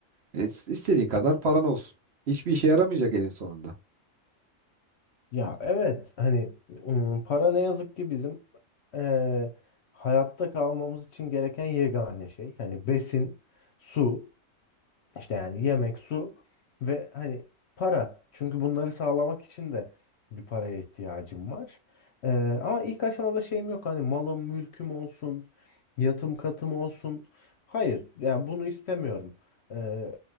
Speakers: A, on the right; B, on the left.
A: E, istediğin kadar paran olsun. Hiçbir işe yaramayacak elin sonunda.
B: Ya evet hani ım, para ne yazık ki bizim eee, hayatta kalmamız için gereken yegane şey. Hani besin, su. İşte yani yemek, su ve hani para. Çünkü bunları sağlamak için de bir paraya ihtiyacım var. Ee, ama ilk aşamada şeyim yok. Hani malım, mülküm olsun, yatım katım olsun. Hayır, yani bunu istemiyorum. Ee,